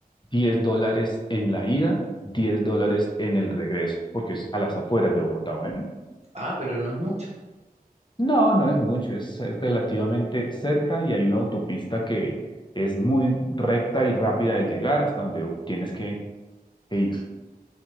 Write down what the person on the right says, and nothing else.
Ah, pero no es mucho.